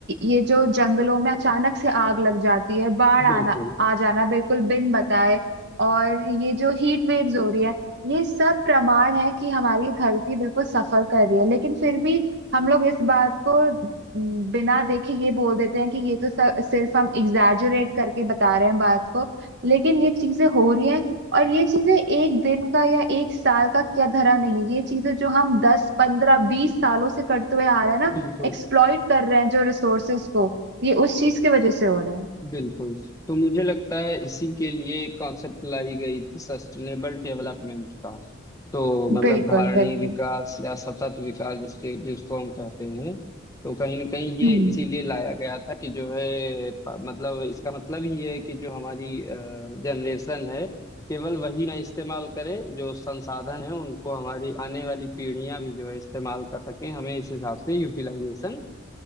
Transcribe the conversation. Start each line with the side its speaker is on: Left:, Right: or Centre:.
Right: ये जो जंगलों में अचानक से आग लग जाती है बाढ़ आना
Left: बिल्कुल
Right: आ जाना बिल्कुल बिन बताए और ये जो हीट वेव्स हो रही है ये सब प्रमाण है कि हमारी धरती बिल्कुल सफर कर रही है लेकिन फिर भी हम लोग इस बात को बिना देखे ये बोल देते हैं कि ये तो स- सिर्फ हम एग्जैजरेट करके बता रहे हैं बात को लेकिन ये चीजें हो रही हैं और ये चीजें एक दिन का या एक साल का क्या धरा नहीं है ये चीजें जो हम दस पंद्रह बीस सालों से करते हुए आ रहे हैं ना
Left: बिल्कुल
Right: एक्सप्लॉइट कर रहे हैं जो रिसोर्सेज को ये उस चीज की वजह से हो रहा है
Left: बिल्कुल तो मुझे लगता है इसी के लिए कॉन्सेप्ट लाई गई थी सस्टेनेबल डेवलपमेंट का तो मतलब
Right: बिल्कुल
Left: धारणीय
Right: बिल्कुल
Left: विकास या सतत विकास जिसके जिसको हम कहते हैं तो कहीं ना कहीं ये
Right: हम्म
Left: इसीलिए लाया गया था कि जो है प- मतलब इसका मतलब ये है कि जो हमारी जनरेशन है केवल वही ना इस्तेमाल करे जो संसाधन है उनको हमारी आने वाली पीढ़ियां भी जो है इस्तेमाल कर सकें हमें इस हिसाब से यूटिलाइजेशन